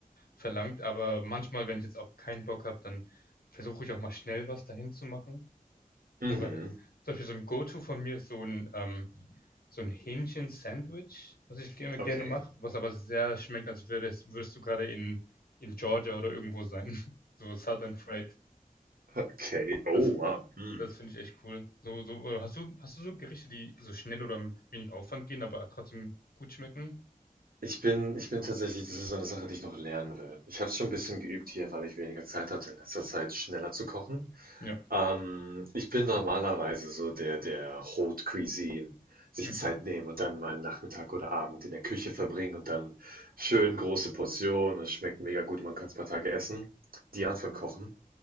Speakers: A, on the left; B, on the right.
A: verlangt, aber manchmal, wenn ich jetzt auch keinen Bock habe, dann versuche ich auch mal schnell was dahin zu machen.
B: Mhm.
A: Weil zum Beispiel so ein Go-To von mir ist so ein, ähm, so ein Hähnchen-Sandwich, was ich gerne,
B: Okay.
A: gerne mache, was aber sehr schmeckt, als würdest, würdest du gerade in, in Georgia oder irgendwo sein. <laughs> So Southern Fried.
B: Okay. Oh,
A: Das,
B: wow.
A: das,
B: Mhm.
A: das, finde ich echt cool. So, so, oder hast du, hast du so Gerichte, die so schnell oder mit wenig Aufwand gehen, aber trotzdem gut schmecken?
B: Ich bin, ich bin tatsächlich, das ist so eine Sache, die ich noch lernen will. Ich habe es schon ein bisschen geübt hier, weil ich weniger Zeit hatte in letzter Zeit, schneller zu kochen.
A: Ja.
B: Ähm, ich bin normalerweise so der, der Haute Cuisine sich
A: Mhm.
B: Zeit nehmen und dann mal einen Nachmittag oder Abend in der Küche verbringen und dann schön große Portionen. Es schmeckt mega gut, man kann es ein paar Tage essen. Die Art von Kochen.